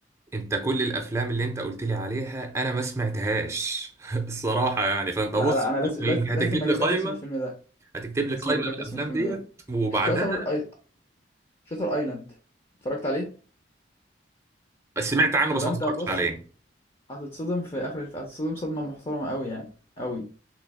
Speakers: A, on the right; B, on the left.
A: انت كل الافلام اللي انت قلت لي عليها انا ما سمعتهاش <laughs> الصراحه يعني فانت
B: لا
A: بص
B: لا انا لازم لازم
A: هتكتب
B: لازم اجيب
A: لي قائمه
B: لك اسم الفيلم ده
A: هتكتب لي
B: لازم
A: قائمه
B: اجيب لك
A: بالافلام
B: اسم الفيلم
A: ديت
B: ده
A: وبعدها
B: شاتر اي شاتر ايلاند اتفرجت عليه
A: سمعت عنه
B: ده
A: بس
B: ده
A: ما
B: انت
A: اتفرجتش
B: بص
A: عليه
B: هتتصدم في اخر الف... هتتصدم صدمة محترمة قوي يعني قوي